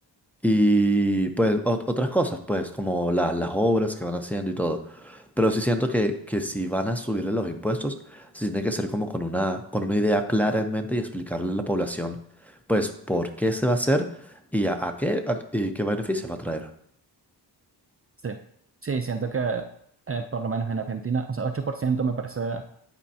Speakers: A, in the centre; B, on the right.
A: Y pues ot- otras cosas, pues como la- las obras que van haciendo y todo. Pero sí siento que, que si van a subirle los impuestos, sí tiene que ser como con una, con una idea clara en mente y explicarle a la población, pues, por qué se va a hacer y a, a qué, a- y qué beneficios va a traer.
B: Sí, sí, siento que eh, por lo menos en Argentina, o sea, 8% me parece